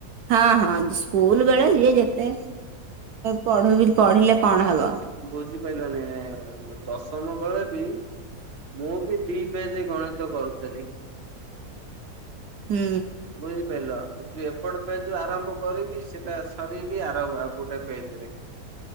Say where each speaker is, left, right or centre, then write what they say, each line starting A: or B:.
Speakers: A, on the right; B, on the right.
A: ହଁ ହଁ ସ୍କୁଲ ବେଳେ ଯିଏ ଯେତେ ପଢ ପଢିଲେ କଣ ହବ।
B: ବୁଝିପାଇଲନି ଏ ଦଶମ ବେଳେ ବି। ମୁଁ ବି ଦି ପେଜ ଗଣିତ କରୁଥିଲି।
A: ହୁଁ।
B: ବୁଝିପାଇଲ ଯୋଉ ଏପଟ ପାଇଁ ଯୋଉ ଆରମ୍ଭ କରିବି ସେଇଟା ବି ଆରଭ ଆଉ ଗୋଟେ ପେଜ ରେ